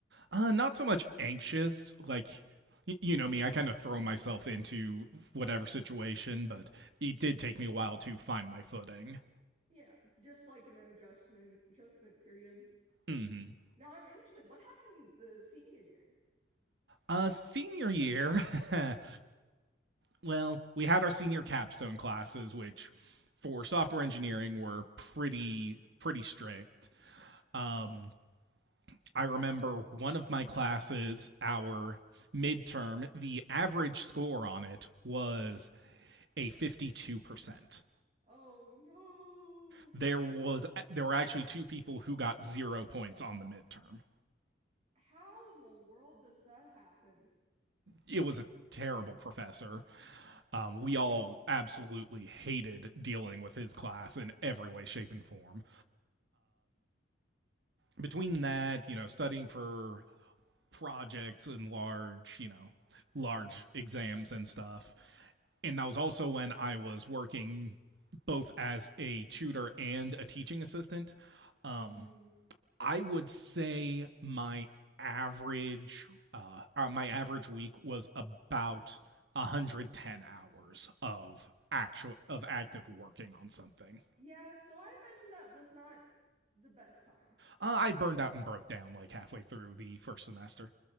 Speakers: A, on the right; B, on the right.
A: Uh, not so much anxious, like you know me, I kind of throw myself into whatever situation, but it did
B: hmm
A: take me a while to find my footing.
B: Yeah, just like an adjustment adjustment period.
A: hmm
B: Now I'm interested, what happened the senior year?
A: Uh, senior year, <laughs> well, we had our senior capstone classes, which for software engineering were pretty pretty strict. Um, I remember one of my classes, our midterm, the average score on it was a 52%.
B: Oh no.
A: There was there were actually two people who got 0 points on the midterm.
B: How in the world does that happen?
A: It was a terrible professor. Um, we all absolutely hated dealing with his class in every way shape and form. between that, you know, studying for projects and large, you know, large exams and stuff. And that was also when I was working both as a tutor and a teaching assistant. Um,
B: Mm.
A: I would say my average uh, uh, my average week was about 110 hours of actual of active working on something.
B: Yeah, so I imagine that was not the best time.
A: Uh, I burned out and broke down like halfway through the first semester.